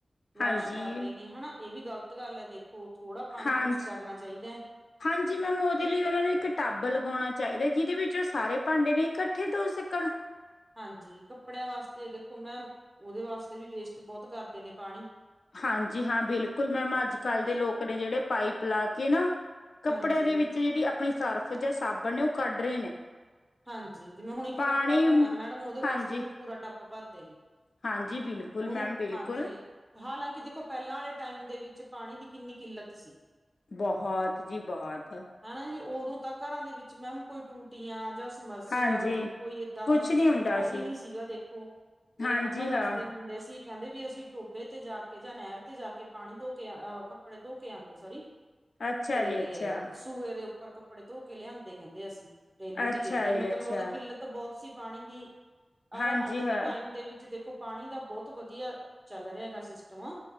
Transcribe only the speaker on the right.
ਵਾਸ਼
ਕਰਦੇ ਨੇ ਹੈਨਾ ਏ ਵੀ ਗ਼ਲਤ ਗੱਲ ਐ ਦੇਖੋ ਥੋੜਾ ਪਾਣੀ
ਯੂਜ ਕਰਨਾ ਚਾਈਦੈ।
ਹਾਂਜੀ ਕੱਪੜਿਆਂ ਵਾਸਤੇ ਦੇਖੋ ਮੈਂਮ ਉਦੇ ਵਾਸਤੇ ਵੀ ਵੇਸਟ ਬੋਤ ਕਰਦੇ ਨੇ ਪਾਣੀ।
ਇਹ
ਹਾਂਜੀ
ਹਾਂਜੀ ਜਿਵੇਂ ਹੁਣ ਇੱਕ
ਕੱਪੜਾ ਧੋਣਾ ਮੈਡਮ ਉਦੇ
ਵਾਸਤੇ ਵੀ ਪੂਰਾ ਟੱਪ ਭਰਦੇ ਨੇ।
ਉਨੂੰ,
ਹਾਂਜੀ। ਹਾਲਾਂਕਿ ਦੇਖੋ ਪਹਿਲਾਂ ਆਲੇ ਟਾਈਮ ਦੇ ਵਿੱਚ ਪਾਣੀ ਦੀ ਕਿੰਨੀ ਕਿੱਲਤ ਸੀ।
ਹਨਾ ਜੀ ਉਦੋਂ ਤਾਂ ਘਰਾਂ ਦੇ ਵਿੱਚ ਮੈਮ ਕੋਈ ਟੂਟੀਆਂ ਸਮਰਸੀਵੱਲ
ਕੋਈ ਏਦਾਂ
ਦਾ ਸਿਸਟਮ
ਹੈ
ਈ ਨੀ ਸੀਗਾ ਦੇਖੋ, ਮੇਰੇ
ਮੰਮਾ ਦੱਸਦੇ
ਹੁੰ ਦੇ ਸੀ ਕਹਿੰਦੇ ਵੀ ਅਸੀਂ ਟੋਭੇ 'ਤੇ ਜਾ ਕੇ ਜਾਂ ਨਹਿਰ 'ਤੇ ਜਾ ਕੇ ਪਾਣੀ ਧੋ ਕੇ ਅ ਕੱਪੜੇ ਧੋ ਕੇ ਆਂਦੇ ਸੋਰੀ।
'ਤੇ
ਸੂਏ ਦੇ ਉੱਪਰ ਕੱਪੜੇ ਧੋ ਕੇ ਲਿਆਂਦੇ ਕਹਿੰਦੇ ਅਸੀਂ ਡੇਲੀ
ਦੀ ਡੇਲੀ
ਮਤਲਬ
ਉਦੋਂ ਕਿੱਲਤ ਬਹੁਤ ਸੀ ਪਾਣੀ ਦੀ, ਓਰ
ਅੱਜ ਦੇ
ਟਾਈਮ ਦੇ ਵਿੱ ਚ ਦੇਖੋ ਪਾਣੀ ਦਾ ਬੋਤ ਵਧੀਆ ਚੱਲ ਰੇਆ ਗਾ ਸਿਸਟਮ।